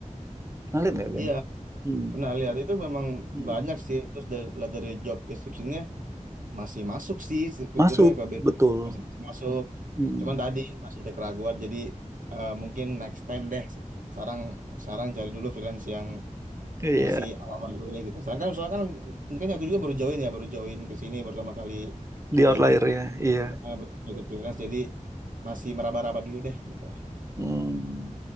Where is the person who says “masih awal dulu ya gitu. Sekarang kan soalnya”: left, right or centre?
Right